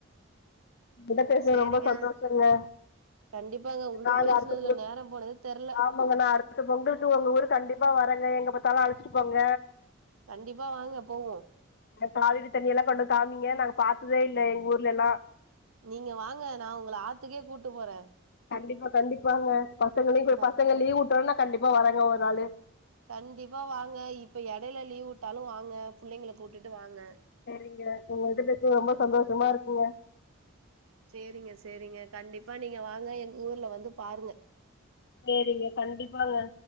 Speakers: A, on the left (about 50°); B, on the right (about 75°).
A: உங்கிட்ட பேசுனது
B: சேரிங்க
A: ரொம்ப சந்தோஷங்க
B: கண்டிப்பாங்க உங்கள்ட்ட
A: நாங்க
B: பேசுனதுல
A: அடுத்த பொ
B: நேரோ போனதே தெர்ல
A: ஆமாங்க நா அடுத்த பொங்களுக்கு உங்க ஊருக்கு கண்டிப்பா வரேங்க எங்க பாத்தாலு அழச்சிட்டு போங்க
B: கண்டிப்பா வாங்க போவு
A: அந்த காவேரி தண்ணியெல்லா கொண்டு வந்து காமிங்க நாங்க பாத்ததே இல்ல எங்க ஊர்லல்லா
B: நீங்க வாங்க நா உங்கள ஆத்துக்கே கூட்டு போறே
A: கண்டிப்பா கண்டிப்பாங்க பசங்களையு
B: க
A: பசங்க லீவ் வுட்டோன்ன கண்டிப்பா வரேங்க ஒரு நாளு
B: கண்டிப்பா வாங்க இப்ப எடையில லீவ் வுட்டாலு வாங்க புள்ளங்களை கூட்டுட்டு வாங்க
A: செரிங்க உங்ககிட்ட பேசுனது ரொம்ப சந்தோஷமா இருக்குங்க
B: சேரிங்க சேரிங்க கண்டிப்பா நீங்க வாங்க எங்க ஊர்ல வந்து பாருங்க
A: சேரிங்க கண்டிப்பாங்க